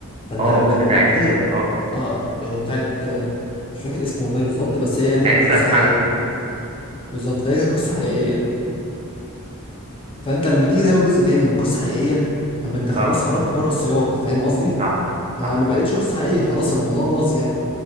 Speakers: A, on the left; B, on the right.
A: فانت
B: اه
A: لما
B: بتاعت
A: ت- لما تيجي
B: اه
A: اه آه، بتاعت آه، مش فاكر اسمه والله بالظبط بس هي يعني كانت
B: عزت
A: قصه
B: حنفي
A: حقيقيه بالظبط فهي كانت قصه حقيقيه فانت لما تيجي تعمل جزء تاني من قصه حقيقيه طب ما انت خلاص
B: اه
A: خرجت بره السياق فاهم قصدي
B: صح
A: ما
B: صح
A: ما بقتش قصه حقيقيه خلاص الموضوع باظ يعني